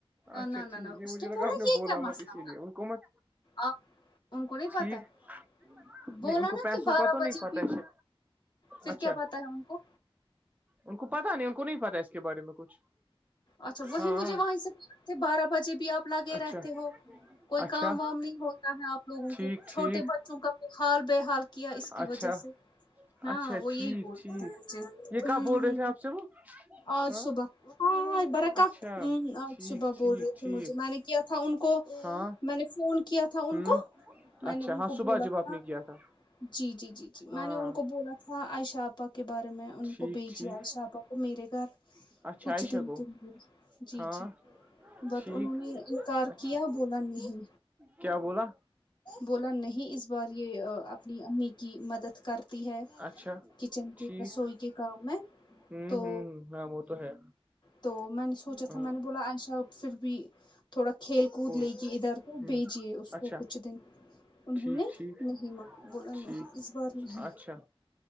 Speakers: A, on the right; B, on the left.
A: اچھا
B: نہ نہ
A: ٹھیک
B: ن
A: نہیں
B: اس
A: مجھے
B: نے
A: لگا
B: بھول
A: آپ
B: یہ
A: بولا
B: کیا مسلہ
A: مت اسی لیے ان کو مت
B: آ ان کو نہیں پتا
A: ٹھیک
B: ہے
A: نہیں
B: بولا
A: ان کو
B: نا
A: پیسوں
B: کہ بارہ
A: کا تو
B: بجے
A: نہیں پتا
B: تھی
A: ہے
B: پھر
A: اچھا
B: کیا پتاہ ہے ان کو
A: ان کو پتا نہیں ان کو نہیں پتا اس کے بارے میں کچھ
B: اچھا وہیں
A: ہاں
B: مجھے وہیں سےچ بارہ بجے آپ لگے رہتے
A: اچھا
B: ہو کوئی
A: اچھا
B: کام وام نہیں ہوتا ہے آپ لوگوں
A: ٹھیک
B: کو چھوٹے
A: ٹھیک
B: بے چونکہ ب حال بے حال کیا اس
A: اچھا
B: کی وجہ سے ہاں
A: اچھا
B: وہ
A: ٹھیک
B: یہی بولتا
A: ٹھیک
B: تھا
A: یہ کیا
B: ہ
A: بول
B: ہ
A: رہے تھے آپ سے وہ
B: آج
A: ہاں
B: صبح برکا
A: اچھا
B: آج
A: ٹھیک
B: صبح
A: ٹھیک
B: بول رہے تھے
A: ٹھیک
B: مجھے میں نے کیا تھا ان کو
A: ہاں
B: میں نے فون کیا تھا ان
A: ہوں
B: کو میں
A: اچھا
B: نے ان
A: ہاں
B: کو
A: صبح
B: بولا
A: جب آپ
B: تھا
A: نے کیا تھا
B: جی جی جی جی
A: ہاں
B: میں نے ان کو بولا تھا عائشہ آپا کے بارے میں ان
A: ٹھیک
B: کو بھیجیا
A: ٹھیک
B: شاپا کو میرے گھر
A: اچھا
B: کچھ
A: عائشہ
B: دن
A: کو
B: کے لیے جی
A: ہاں
B: جی بٹ
A: ٹھیک
B: انہوں نے انکار
A: اچھا
B: کیا بولا نہیں
A: کیا بولا
B: بولا نہیں اس بار یہ اپنی امی کی مدد کر ہے
A: اچھا
B: کچن کی
A: ٹھیک
B: رسوئی کے کام میں
A: ہوں
B: تو
A: ہوں ہاں وہ تو ہے
B: تو میں نے سوچا
A: ہاں
B: تھا میں نے بولا آشا پھر بھی تھوڑا کھیل کود
A: اور
B: لےیے ادھر تو
A: ہ
B: بھیجیے اس
A: اچھا
B: کو کچھ دن انہوں
A: ٹھیک
B: نے
A: ٹھیک
B: نہیں مانا بولا
A: ٹھیک
B: نہیں اس بار نہیں
A: اچھا